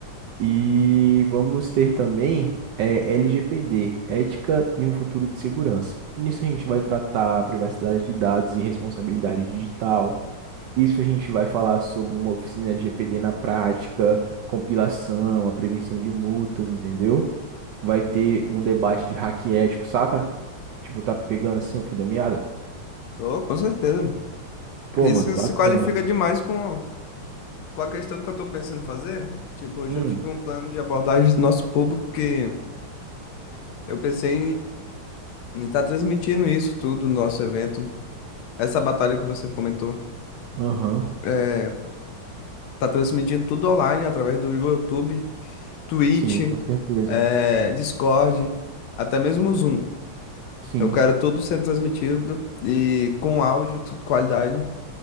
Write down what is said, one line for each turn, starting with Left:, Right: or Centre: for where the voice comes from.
Right: E vamos ter também é, LGPD, ética e um futuro de segurança. Nisso a gente vai tratar privacidade de dados e responsabilidade digital. Isso a gente vai falar sobre uma oficina de LGPD na prática, compilação, a prevenção de multas, entendeu? Vai
Left: Uhum.
Right: ter um debate de hack ético, saca? Tipo, tá pegando assim o fio da meada?
Left: Tô, com certeza.
Right: Pô,
Left: Isso
Right: mano, bacana.
Left: se qualifica demais com, com a questão que eu tô pensando em fazer. Tipo, eu
Right: Hum,
Left: já tive um plano de abordagem do nosso público que eu pensei em estar transmitindo isso tudo no nosso evento. Essa batalha que você comentou.
Right: aham.
Left: é, tá transmitindo tudo online através do YouTube, Twitch,
Right: Sim, com certeza.
Left: é, Discord, até mesmo o Zoom.
Right: Sim.
Left: Eu quero tudo sendo transmitido e com áudio, tudo qualidade.